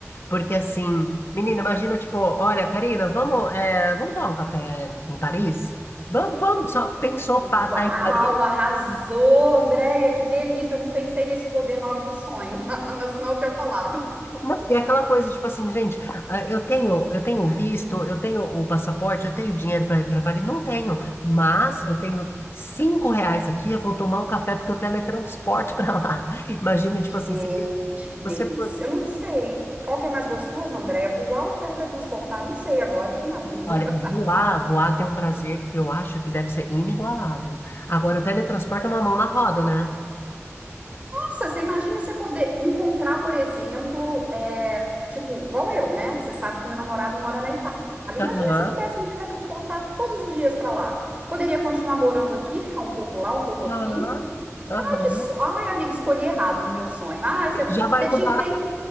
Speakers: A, on the left; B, on the right.
A: Porque assim, menina, imagina, tipo, olha, Karina, vamos, é, vamos tomar um café em Paris? Vamos, vamos, só pensou,
B: Uau,
A: pá, tá em Paris.
B: arrasou, Andréia, que delícia. Eu não pensei nesse poder na hora do sonho, <laughs> mas senão eu tinha falado.
A: Não, E é aquela coisa, tipo assim, gente, ah, eu tenho, eu tenho visto, eu tenho o passaporte, eu tenho dinheiro para ir para Paris, não tenho, mas eu tenho cinco reais aqui, eu vou tomar um café porque eu teletransporte para lá. <laughs> Imagina, tipo assim,
B: Gente,
A: se
B: que delícia.
A: você pode.
B: Eu não sei. Qual que é mais gostoso, Andréia? Voar ou teletransportar? Não sei agora, fiquei na dúvida.
A: Olha,
B: <laughs>
A: voar, voar tem um prazer que eu acho que deve ser inigualável. Agora, o teletransporte é uma mão na roda, né?
B: Nossa, você imagina você poder encontrar, por exemplo, é, tipo, igual eu, né? Que Você sabe que meu namorado mora na Itália. Imagina
A: Aham,
B: se eu pudesse me teletransportar todos os dias para lá. Poderia continuar morando aqui, ficar um pouco lá, um pouco aqui,
A: aham, aham.
B: que so... Ai, amiga, escolhi errado no meu sonho. Ah, você
A: Já vai
B: você
A: mudar.
B: tinha que ter.